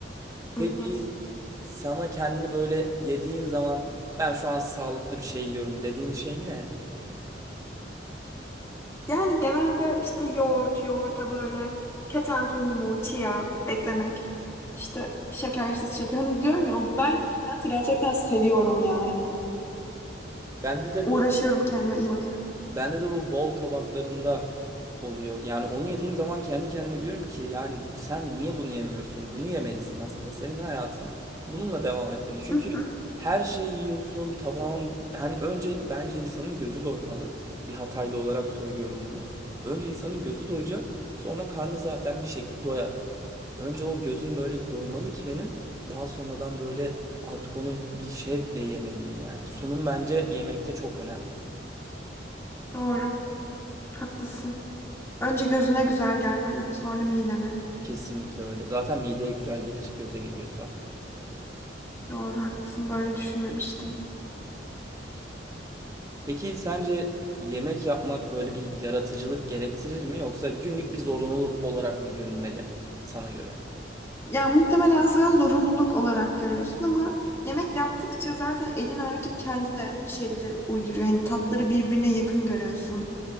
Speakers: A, on the right; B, on the left.
A: Peki
B: Evet.
A: sana kendini böyle yediğin zaman ben şu an sağlıklı bir şey yiyorum dediğin şey ne?
B: Yani genelde işte yoğurt, yoğurta böyle keten tohumu, chia eklemek. İşte şekersiz şeker. Hani diyorum ki ben hayatı gerçekten seviyorum ya hani.
A: Bende de
B: Uğraşıyorum
A: bu
B: kendime iyi bakıyorum.
A: Bende de bu bol tabaklarında oluyor. Yani onu yediğim zaman kendi kendime diyorum ki yani sen niye bunu yemiyorsun? Bunu yemelisin aslında. Senin hayatın bununla devam etmeli. Çünkü
B: <laughs>
A: her şeyi yiyorsun, tabağın hani önce bence insanın gözü doymalı. Bir Hataylı olarak söylüyorum bunu. Önce insanın gözü doyacak, sonra karnı zaten bir şekilde doyar. Önce o gözüm böyle bir doymalı ki benim. Daha sonradan böyle artık onu bir şevkle yemeliyim yani. Sunum bence yemekte çok önemli.
B: Doğru. Haklısın. Önce gözüne güzel gelmeli, sonra midene.
A: Kesinlikle öyle. Zaten mideye güzel gelir göze geliyorsa.
B: Doğru, haklısın. Böyle düşünmemiştim.
A: Peki sence yemek yapmak böyle bir yaratıcılık gerektirir mi yoksa günlük bir zorunluluk olarak mı görülmeli sana göre?
B: Ya muhtemelen sen zorunluluk olarak görüyorsun ama yemek yaptıkça zaten elin artık kendi de bir şeyleri uyduruyor. Hani tatları birbirine yakın görüyorsun